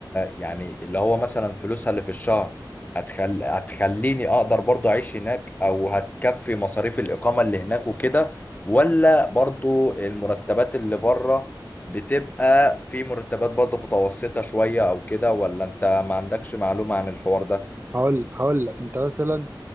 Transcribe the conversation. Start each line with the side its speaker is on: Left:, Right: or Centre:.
Left: يعني اللي هو مثلا فلوسها اللي في الشهر هتخل... هتخليني اقدر برضو اعيش هناك او هتكفي مصاريف الاقامة اللي هناك وكده ولا برضو المرتبات اللي بره بتبقى في مرتبات برضو متوسطة شوية او كده ولا انت ما عندكش معلومة عن الحوار ده
Right: هقول هقول لك انت مثلا